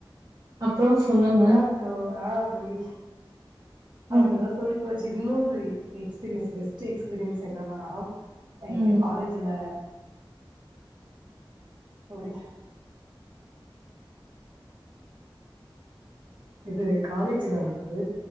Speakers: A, on the right; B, on the right.
A: அப்றோ சொல்லுங்க
B: நா தோ ஆ தோழி
A: ம்
B: அப்டிதா தொழி ப்போச்சு இன்னொரு எக்ஸ்பீரியன்ஸ் பெஸ்ட் எக்ஸ்பீர்யன்ஸ் என்னன்னா எங்க
A: ம்
B: காலேஜ்ல <unintelligible> இது காலேஜ்ல வந்து